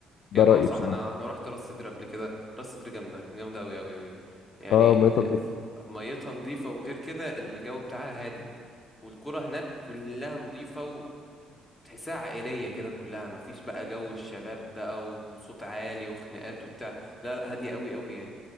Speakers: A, on the left (about 70°); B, on the left (about 15°).
A: ده
B: هي اه
A: رأيي
B: صح
A: بصراحة
B: انا انا رحت راس سدر قبل كده راس سدر جامدة جامدة اوي اوي اوي يعني
A: اه
B: ال-
A: مية نضيفة
B: ف- ميتها نظيفة وغير كده الجو بتاعها هادي والقرى هناك كلها نظيفة وتحسها عائلية كده كلها مفيش بقى جو الشباب بقى وصوت عالي وخناقات وبتاع لا لا هادية قوي قوي يعني